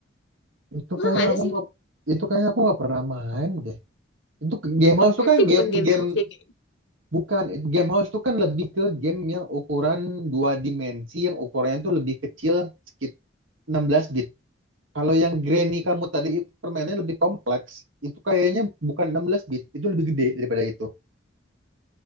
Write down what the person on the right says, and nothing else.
Itu
kayaknya
aku
nggak itu kayaknya aku nggak pernah main deh. Itu ke- game house itu
kan game
game
bukan game house itu kan lebih ke game yang ukuran dua dimensi yang ukurannya tuh lebih kecil sekitar 16 bit. Kalau yang Granny kamu tadi itu permainannya lebih kompleks. Itu kayaknya bukan 16 bit, itu lebih gede daripada itu.